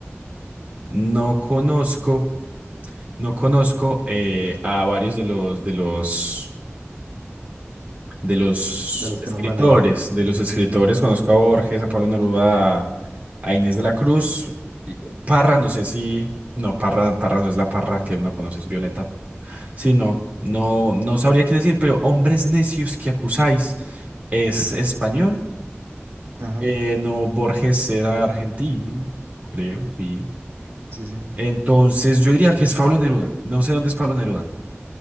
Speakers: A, on the right (about 40°); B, on the right (about 65°).
A: no conozco, no conozco eh, a varios de los, de los, de los
B: de los
A: escritores,
B: que nombran ahí.
A: de los escritores. Conozco a Borges, a Pablo Neruda, a, a Inés de la Cruz. y Parra, no sé si, no, Parra, Parra no es la Parra que uno conoce, es Violeta. Sí, no, no, no sabría qué decir, pero hombres necios que acusáis es español.
B: Ajá,
A: Eh, no, Borges era argentino, creo, sí.
B: sí, sí.
A: Entonces yo diría que es Pablo Neruda. No sé dónde es Pablo Neruda.